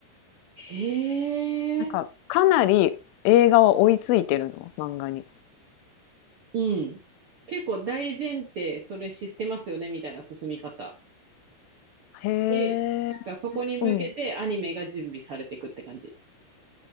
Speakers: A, on the right (about 65°); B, on the left (about 75°).
A: へえ。
B: なんか、かなり映画は追いついてるの漫画に。
A: うん。結構大前提、それ知ってますよね、みたいな進み方。
B: へ
A: で、
B: え。
A: なんかそこに向けてアニメが準備されていくって感じ。
B: うん。